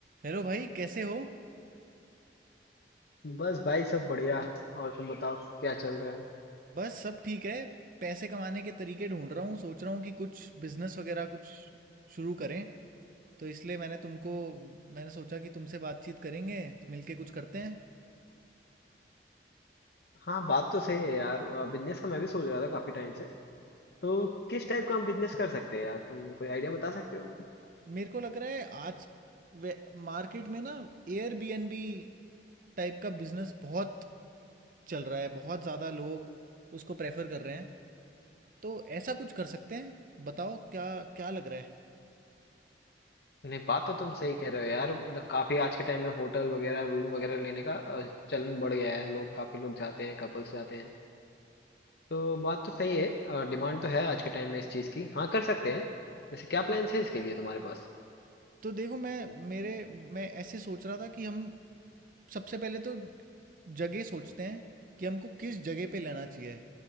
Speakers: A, on the right (about 50°); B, on the left (about 60°).
A: हेलो भाई कैसे हो
B: बस भाई सब बढ़िया और तुम बताओ क्या चल रहा है
A: बस सब ठीक है पैसे कमाने के तरीके ढूंढ रहा हूँ सोच रहा हूँ कि कुछ बिजनेस वगैरह कुछ शुरू करें तो इसलिए मैंने तुमको मैंने सोचा कि तुमसे बातचीत करेंगे मिलके कुछ करते हैं
B: हाँ बात तो सही है यार बिजनेस का मैं भी सोच रहा था काफी टाइम से तो किस टाइप का हम बिजनेस कर सकते हैं यार तुम कोई आइडिया बता सकते हो
A: मेरे को लग रहा है आज वे- मार्केट में ना एयरबीएनबी टाइप का बिजनेस बहुत चल रहा है बहुत ज़्यादा लोग उसको प्रेफर कर रहे हैं तो ऐसा कुछ कर सकते हैं बताओ क्या क्या लग रहा है
B: नहीं बात तो तुम सही कह रहे हो यार मतलब काफी आज के टाइम में होटल वगैरह रूम वगैरह लेने का अ, चलन बढ़ गया है लोग काफी लोग जाते हैं कपल्स जाते हैं तो बात तो सही है डिमांड तो है आज के टाइम में इस चीज की हाँ कर सकते हैं वैसे क्या प्लान्स है इसके लिए तुम्हारे पास
A: तो देखो मैं मेरे मैं ऐसे सोच रहा था कि हम सबसे पहले तो जगह सोचते हैं कि हमको किस जगह पे लेना चाहिए